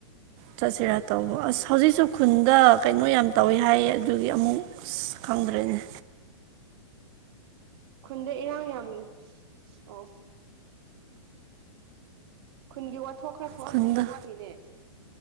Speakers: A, on the right (about 35°); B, on the right (about 50°).
A: ꯆꯠꯁꯤꯔꯥ ꯇꯧꯕ ꯑꯁ ꯍꯧꯖꯤꯛꯁꯨ ꯈꯨꯟꯗ ꯀꯩꯅꯣ ꯌꯥꯝ ꯇꯧꯋꯤ ꯍꯥꯏꯌꯦ ꯑꯗꯨꯒꯤ ꯑꯃꯨꯛ ꯑ ꯀꯪꯒ꯭ꯔꯦꯅ
B: ꯈꯨꯟꯗ ꯏꯔꯥꯡ ꯌꯥꯝ ꯑꯣ ꯈꯨꯟꯒꯤ ꯋꯥꯊꯣꯛ ꯈꯔ ꯊꯣꯛꯑꯝꯃꯅꯤ
A: ꯈꯨꯟꯗ
B: ꯑꯗꯨꯒꯤꯅꯦ